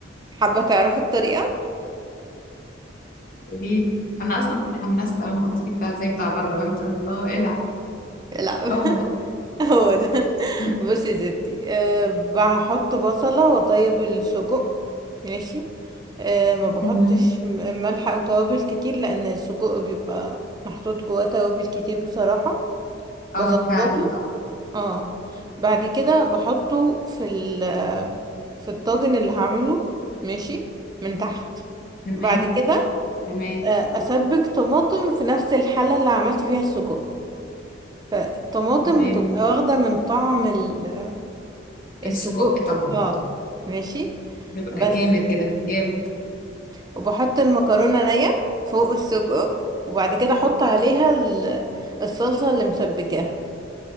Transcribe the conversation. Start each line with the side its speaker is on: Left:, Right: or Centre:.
Right: حابة تعرفي الطريقة؟
Left: قوليلي انا اصلا تحمست اول ما قلت لي بتاع زي بتاع بره قلت الله العب
Right: لا
Left: هو
Right: <laughs>
Left: ده
Right: هو ده
Left: <laughs>
Right: بصي يا ستي أه بحط بصلة وطيب السجق ماشي أه ما بحطش
Left: مهم.
Right: م- ملح أو توابل كتير لأن السجق بيبقى محطوط جواه توابل كتير بصراحة بظبطه
Left: اه فعلا اه
Right: اه بعد كده بحطه في ال في الطاجن اللي هعمله ماشي من تحت
Left: تمام
Right: بعد كده
Left: تمام
Right: آه، اسبك طماطم في نفس الحلة اللي عملت فيها السجق فالطماطم
Left: تمام
Right: بتبقى واخدة من طعم ال-
Left: السجق
Right: السجق
Left: طبعا
Right: اه ماشي
Left: بيبقى
Right: بس
Left: جامد كده جامد
Right: وبحط المكرونة نية فوق السجق وبعد كده احط عليها ال- الصلصة اللي مسبكاها